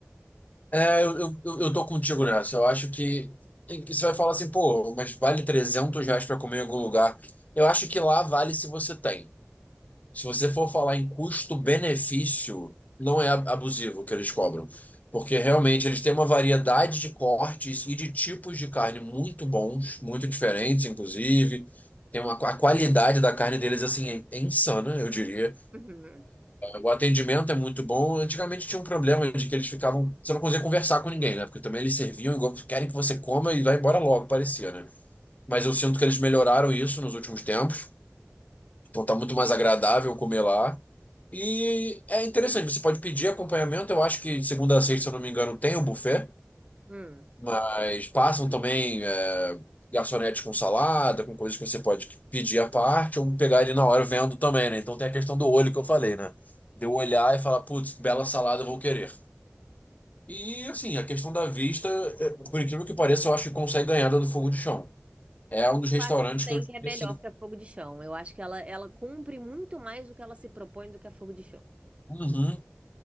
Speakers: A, on the left (about 35°); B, on the right (about 30°).
A: É, eu, eu, eu eu tô contigo nessa. Eu acho que, que você vai falar assim, pô, mas vale 300 reais para comer em algum lugar. Eu acho que lá vale se você tem. Se você for falar em custo-benefício, não é ab- abusivo o que eles cobram. Porque realmente eles têm uma variedade de cortes e de tipos de carne muito bons, muito diferentes, inclusive. Tem uma, a qualidade da carne deles, assim, é é insana, eu diria.
B: Uhum.
A: O atendimento é muito bom. Antigamente tinha um problema de que eles ficavam. Você não conseguia conversar com ninguém, né? Porque também eles serviam igual querem que você coma e vá embora logo, parecia, né? Mas eu sinto que eles melhoraram isso nos últimos tempos. Então tá muito mais agradável comer lá. E é interessante, você pode pedir acompanhamento. Eu acho que de segunda a sexta, se eu não me engano, tem o buffet.
B: Hum.
A: Mas passam também é, garçonetes com salada, com coisas que você pode pedir à parte ou pegar ele na hora vendo também, né? Então tem a questão do olho que eu falei, né? De eu olhar e falar, putz, que bela salada, eu vou querer. E assim, a questão da vista, é, por incrível que pareça, eu acho que consegue ganhar da do fogo de chão. É um dos restaurantes
B: Eu acho também
A: que eu diria
B: que é melhor
A: assim,
B: que a fogo de chão. Eu acho que ela, ela cumpre muito mais do que ela se propõe do que a fogo de chão.
A: uhum,